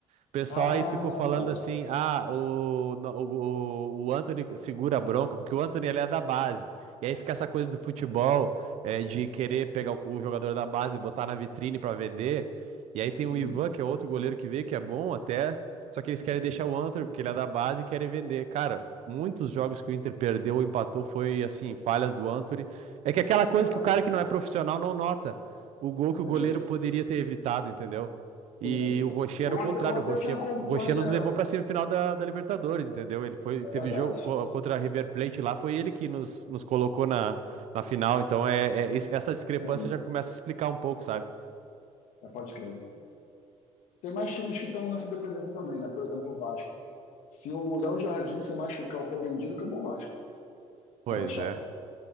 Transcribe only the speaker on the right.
O pessoal
aí ficou falando
assim: ah, o, no- o, o o Anthony segura a bronca, porque o Anthony ele é da base. E aí fica essa coisa do futebol, é, de querer pegar o, o jogador da base e botar na vitrine pra vender. E aí tem
o Ivan, que é outro goleiro que veio, que é bom até. Só que eles querem deixar o Anthony, porque ele é da base e querem vender. Cara, muitos jogos que o Inter perdeu ou empatou foi assim, falhas do Anthony. É que aquela coisa
que o cara que não é profissional não nota o gol que
o goleiro poderia ter evitado, entendeu? E
o Rocher
era o
contrário,
o Rocher,
o Rocher nos levou para a semifinal da, da Libertadores, entendeu? Ele foi,
teve
jogo co- contra a River Plate lá, foi ele que nos, nos colocou na, na final, então é, é es- essa discrepância
já começa a explicar um pouco, sabe?
Pois
é,